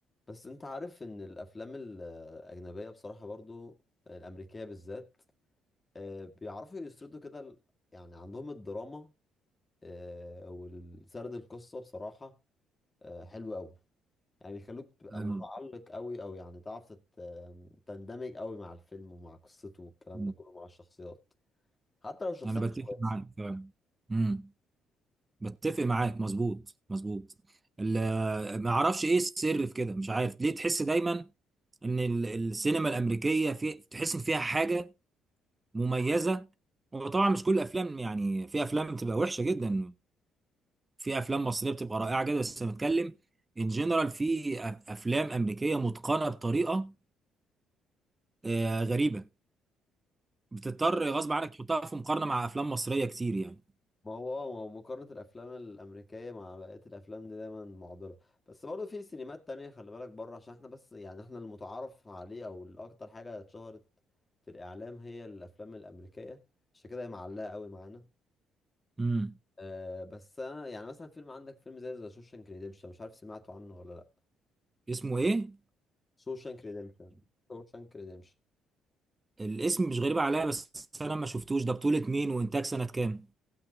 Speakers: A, on the left (about 20°); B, on the right (about 20°).
A: بس انت عارف ان الافلام الاجنبيه بصراحه برضو الامريكيه بالذات آه، بيعرفوا يسردوا كده ال- يعني عندهم الدراما آه، والسرد القصه بصراحه آه، حلو قوي يعني بيخلوك تبقى
B: أنا
A: متعلق قوي او يعني تعرف تت- تندمج قوي مع الفيلم ومع قصته والكلام
B: مم.
A: ده كله مع الشخصيات حتى لو الشخصيه
B: أنا بتفق
A: مش كويسه
B: معاك فعلا مم. بتفق معاك مظبوط مظبوط ال- ما أعرفش إيه السر في كده مش عارف ليه تحس دايما إن ال- السينما الأمريكية في تحس إن فيها حاجة مميزة وطبعا مش كل الأفلام يعني في أفلام بتبقى وحشة جدا في أفلام مصرية بتبقى رائعة جدا بس أنا بتكلم إن جنرال في أف- أفلام أمريكية متقنة بطريقة آه، غريبة بتضطر غصب عنك تحطها في مقارنة مع أفلام مصرية كتير يعني
A: ما هو اه ما هو مقارنة الأفلام الأمريكية مع بقية الأفلام دي دايما معضلة بس برضه في سينمات تانية خلي بالك بره عشان احنا بس يعني احنا المتعارف عليه أو الأكتر حاجة اتشهرت في الإعلام هي الأفلام الأمريكية عشان كده هي معلقة قوي معانا
B: مم.
A: أه بس أنا يعني مثلا فيلم عندك فيلم زي ذا شوشانك ريديمشن مش عارف سمعته عنه ولا لأ
B: اسمه إيه؟
A: شوشانك ريديمشن شوشانك ريديمشن
B: الاسم مش غريب عليا بس انا ما شفتوش ده بطولة مين وانتاج سنة كام